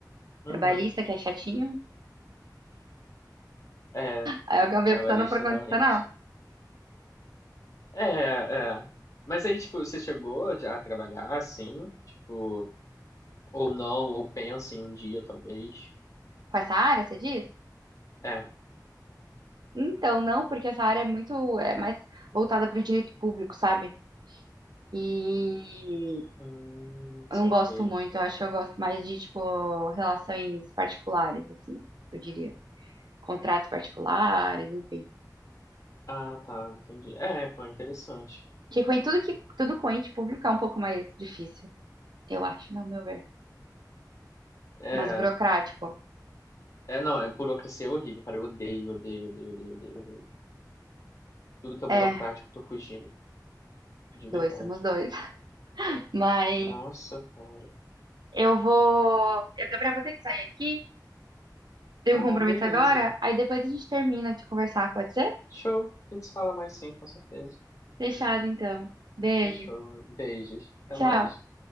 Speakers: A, on the left; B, on the right.
A: Uhum.
B: trabalhista, que é chatinho,
A: É,
B: Aí eu acabei
A: trabalhista,
B: optando por constitucional.
A: realmente. É, é. Mas aí, tipo, você chegou já a trabalhar assim? Tipo, ou não, ou pensa em um dia, talvez.
B: Com essa área, você diz?
A: É.
B: Então, não, porque essa área é muito, é mais voltada para o direito público, sabe? E
A: Hum,
B: eu
A: saquei.
B: não gosto muito, eu acho que eu gosto mais de, tipo, relações particulares, assim, eu diria. Contratos particulares, enfim.
A: Ah, tá, entendi. É, pô, interessante.
B: Porque com tudo que, tudo com ente público é um pouco mais difícil, eu acho, no meu ver.
A: É,
B: Mais burocrático.
A: é, não, é burocracia é horrível, cara. Eu odeio, odeio, odeio, odeio, odeio, odeio. Tudo que é burocrático,
B: É,
A: eu tô fugindo. De
B: dois,
A: verdade.
B: somos dois. <laughs> Mas
A: Nossa, cara.
B: eu vou. Eu, Gabriel, vou ter que sair aqui. Tem
A: Ah,
B: um compromisso
A: beleza.
B: agora? Aí depois a gente termina de conversar, pode ser?
A: Show. A gente se fala mais sim, com certeza.
B: Fechado, então. Beijo.
A: Fechou. Beijos. Até
B: Tchau.
A: mais.